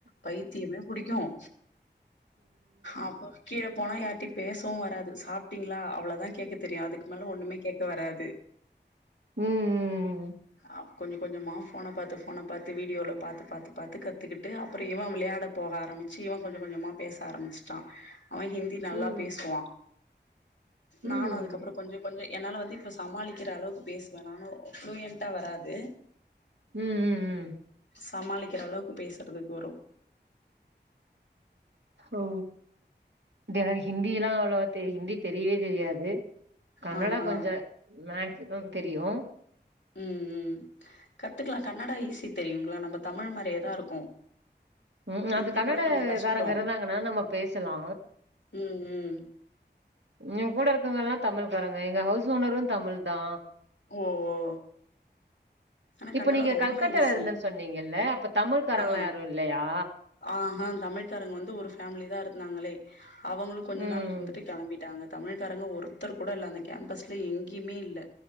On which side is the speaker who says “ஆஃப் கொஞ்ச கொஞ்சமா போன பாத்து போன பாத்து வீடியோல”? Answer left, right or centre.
Left